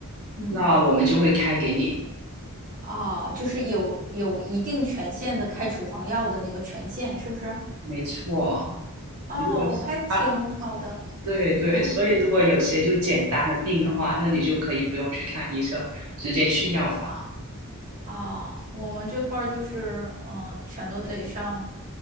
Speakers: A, on the right; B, on the right.
A: 嗯，
B: 那我们就会开给你。
A: 哦，就是有有一定权限的开处方药的那个权限，是不是？
B: 没错。
A: 哦，
B: 如果是啊，
A: 还挺好的，
B: 对对，
A: 嗯
B: 所以如果有些就简单的病的话，那你就可以不用去看医生，直接去药房。
A: 啊，我们这块儿就是，嗯，全都得上